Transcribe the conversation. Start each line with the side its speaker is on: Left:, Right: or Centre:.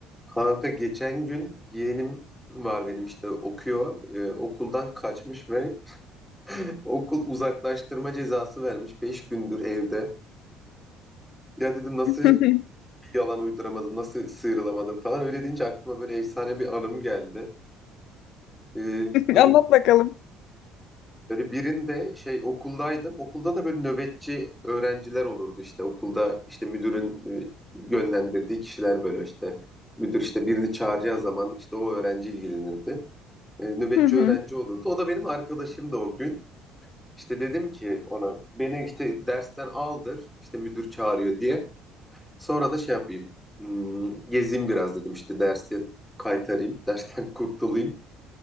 Centre: Kanka geçen gün yeğenim var benim işte okuyor. Ee, okuldan kaçmış ve <laughs> okul uzaklaştırma cezası vermiş. Beş gündür evde. Ya dedim nasıl
Left: <laughs>
Centre: bir yalan uyduramadım, nasıl sıyrılamadım falan. Öyle deyince aklıma böyle efsane bir anım geldi. Ee, böyle,
Left: Anlat bakalım.
Centre: böyle birinde şey okuldaydım. Okulda da böyle nöbetçi öğrenciler olurdu işte. Okulda işte müdürün e, yönlendirdiği kişiler böyle işte. Müdür işte birini çağıracağı zaman işte o öğrenci ilgilenirdi. e, nöbetçi
Left: hı.
Centre: öğrenci olurdu. O da benim arkadaşımdı o gün. İşte dedim ki ona beni işte dersten aldır işte müdür çağırıyor diye. Sonra da şey yapayım hmm, gezeyim biraz dedim işte dersi kaytarayım <laughs> dersten kurtulayım.